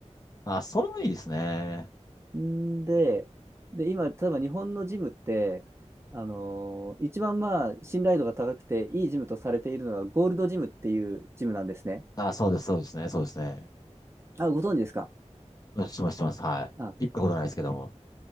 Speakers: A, on the left; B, on the right.
A: あ、それもいいですね。
B: んで、で、今、例えば日本のジムって、あのー一番まあ、信頼度が高くて、いいジムとされているのが、ゴールドジムっていうジムなんですね。
A: あ、そうです、そうですね、そうですね。
B: あ、ご存知ですか
A: うんします、します。はい。
B: あ、
A: 行ったことないですけども。